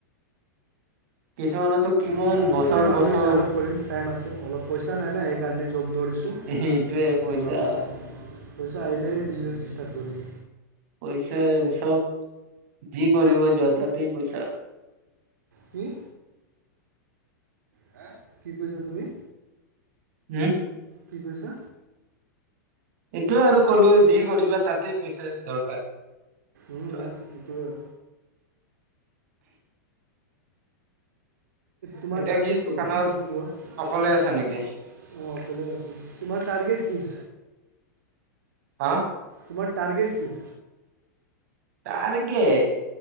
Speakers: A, on the right; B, on the right.
A: কিছুমানতো। কিমান
B: ষ্টাৰ্টআপ
A: বছৰ
B: কৰিম
A: বছৰ
B: আৰু ষ্টাৰ্টআপ কৰিম টাইম আছে অলপ পইচা নাই নাই সেইকাৰণে জব ধৰিছোঁ।
A: সেইটয়ে পইচা?
B: অঁ, পইচা, আহিল বিজনেছ ষ্টাৰ্ট কৰিম।
A: পইচা চব, যি কৰিব যোৱা তাতেই পইচা।
B: কি? বা, কি কৈছা তুমি?
A: উম,
B: কি কৈছা?
A: এইটোৱেই আৰু কলো, যি কৰিবা তাতেই পইচা দৰকাৰ।
B: উম,
A: এইটো আৰু।
B: এইটোৱেই। তোমাৰ
A: এতিয়া
B: টাৰ্গেট
A: দোকানত
B: কি, এইটো কোৱা? অ,
A: অকলে আছা নেকি
B: ভালে আছো, তোমাৰ টাৰ্গেট কি?
A: আ,
B: তোমাৰ টাৰ্গেট কি?
A: টাৰ্গেট,